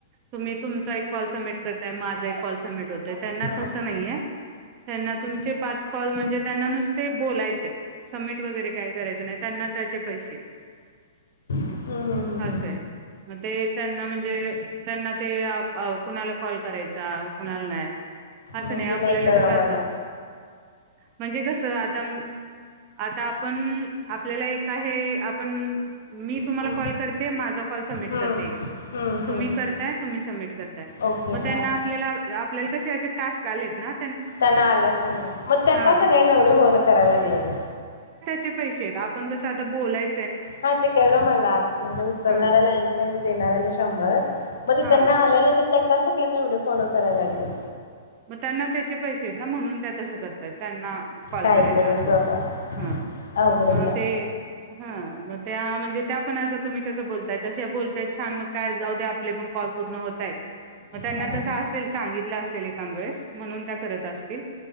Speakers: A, on the right; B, on the left.
A: तुम्ही तुमचा एक काॅल सबमिट करतात. माझ एक काॅल सबमिट होतोय. त्याना
B: हा
A: तस नाहीये, त्यांना तुमचे पाच काॅल म्हणजे त्यांना नुसत ते बोलायचंय सबमिट वगैरे काही करायचं नाही. त्यांना त्याचे पैसे
B: हम्म हम्म
A: असं आहे मग ते त्यांना म्हणजे त्यांना ते कुणाला कॉल करायचा कुणाला नाही. असं
B: म्हणजे
A: नाही आपल्याला
B: कळलं
A: कसं आता
B: मला
A: म्हणजे कसं त आता म आता आपण आपल्याला एक आहे. आपण मी तुम्हाला
B: हम्म
A: कॉल करते, माझा कॉल सबमिट
B: हम्म
A: करते. एक
B: हम्म
A: तुम्ही
B: हम्म
A: करताय. तुम्ही सबमिट कर तायं
B: ओके
A: मग त्यांना
B: हा
A: आपल्याला आपल्याला कसं ते असे टास्क आलेत ना,
B: त्यांना आलाच नाही. मग त्या
A: हा
B: का सगळ्या एवढे फोन करायला लागत्यात.
A: चे पैसे आहेत. आपण कस आ बोलाय
B: हा ते कळल मला म्हणजे उचलणाऱ्याला
A: हा
B: ऐंशी आणि देणाऱ्याला शंभर म्हणजे
A: हा
B: त्यांना आलेला त त्या कस केल एवढ फॉलोव्हर करायला लागल
A: मग त्यांना त्याचे पैसे येत ना म्हणुन त्या तस करतात त्यांना कॉल
B: काहीतरीच
A: करायला अस
B: बाबा
A: ह
B: अवघडच
A: मग
B: आहे.
A: ते ह मग त्या म्हणजे त्या पण अस तुम्ही कसं बोलताय त बोलताय छान मग काय जाऊ दे आपले पण कॉल पुर्ण होतायेत म त्यांना
B: हा.
A: तस
B: हा
A: असेल सांगितल असेल एखांद्या वेळेस म्हणुन त्या करत असतिल